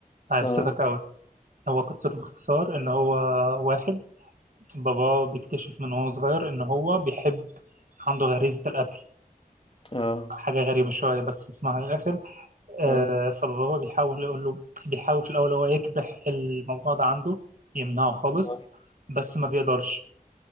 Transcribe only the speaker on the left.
اه
اه
اه
اه